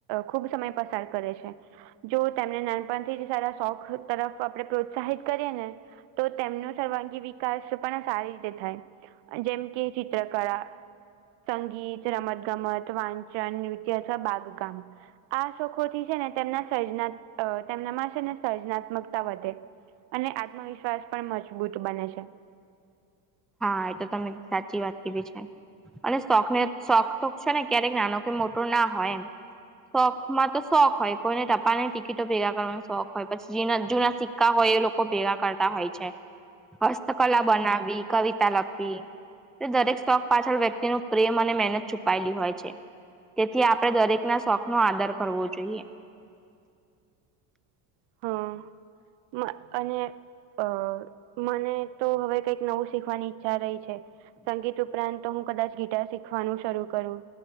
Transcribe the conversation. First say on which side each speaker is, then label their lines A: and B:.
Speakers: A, on the right (about 60°); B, in the centre.
A: ખુબ સમય પસાર કરે છે. જો તેમને નાનપણથી જ સારા શોખ તરફ આપણે પ્રોત્સાહિત કરીએ ને તો તેમનો સર્વાંગી વિકાસ પણ સારી રીતે થાય જેમ કે ચિત્રકળા સંગીત રમત ગમત વાંચન નૃત્ય છે બાગકામ આ શોખોથી છે ને તેમના સર્જના તેમનામાં છે ને સર્જનાત્મકતા વધે અને આત્મવિશ્વાસ પણ મજબૂત બને છે.
B: હા એ તો તમે સાચી વાત કીધી છે. અને શોખને શોખ તો છે ને ક્યારેક નાનો કે મોટો ના હોય એમ શોખ માં તો શોખ હોય કોઈને ટપાલ ની ટિકિટો ભેગા કરવાનો શોખ હોય પછી જુના સિક કા હોય એ લોકો ભેગા કરતા હોય છે.
A: હ
B: હસ્તકલા બનાવી કવિતા લખવી તે દરેક શોખ પાછળ વ્યક્તિ નુ પ્રેમ અને મહેનત છુપાયેલી હોય છે. તેથી આપડણે દરેક ના શોખ નો આદર કરવો જોઈએ.
A: હા અને અ મને તો હવે કઈક નવું શીખવાની ઈચ્છા રહી છે. સંગીત ઉપરાંત તો હું કદાચ ગિટાર શીખવાનું શરૂ કરું